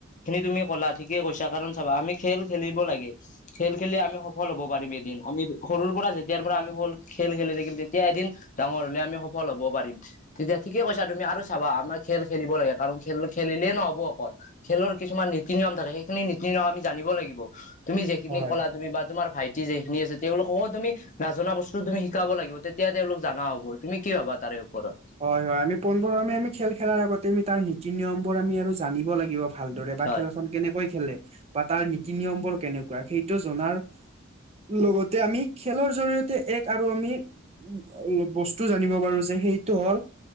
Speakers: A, on the left (about 40°); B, on the right (about 30°).
A: তুমি ক'লা ঠিকে কৈছা, কাৰণ চাবা আমি খেল খেলিব লাগে। খেল খেলি আমি সফল হ'ব পাৰিম এদিন, আমি সৰুৰ পৰা, যেতিয়াৰ পৰা আমি হ'ল খেল খেলি থাকিম তেতিয়া এদিন ডাঙৰ হ'লে আমি সফল হ'ব পাৰিম, তেতিয়া ঠিকে কৈছা, তুমি আৰু চাবা আমাৰ খেল খেলিব লাগে, কাৰণ খেল খেলিলেই নহ'ব অকল খেলৰ কিছুমান নীতি, নিয়ম থাকে সেইখিনি নীতি নিয়ম আমি জানিব লাগিব। তুমি যিখিনি
B: হয়
A: ক'লা, তুমি বা তোমাৰ ভাইটি যখিনি আছে তেওঁলোককো তুমি নাজনা বস্তু তুমি শিকাব লাগিব, তেতিয়া তেওঁলোক জানা হ'ব, তুমি কি ভাবা তাৰে ওপৰত?
B: হয় হয়, আমি পোনপ্ৰথমে আমি খেল খেলাৰ আগতে, আমি তাৰ নীতি নিয়ম বোৰ আমি আৰু জানিব লাগিব। ভালদৰে বা
A: হয়
B: খেলখন কেনেকৈ খেলে বা তাৰ নীতি নিয়ম বোৰ কেনেকুৱা, সেইটো জনাৰ লগতে আমি, খেলৰ জৰিয়তে এক আৰু আমি উম, বস্তু জানিব পাৰো যে, সেইটো হ'ল